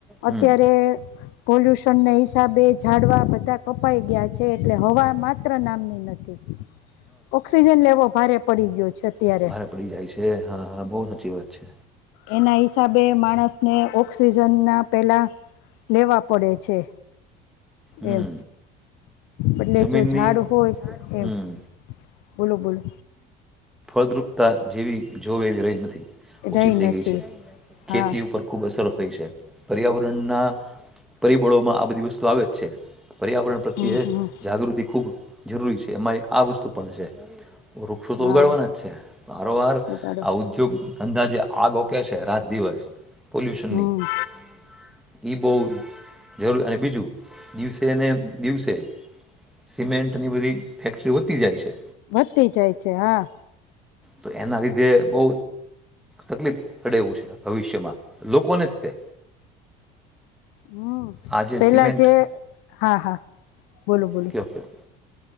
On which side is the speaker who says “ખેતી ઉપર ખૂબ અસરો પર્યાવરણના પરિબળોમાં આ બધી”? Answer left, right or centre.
Centre